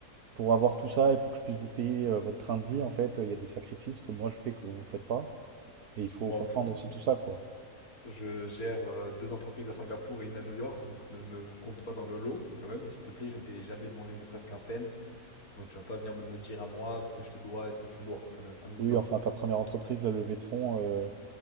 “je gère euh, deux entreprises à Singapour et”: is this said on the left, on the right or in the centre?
Left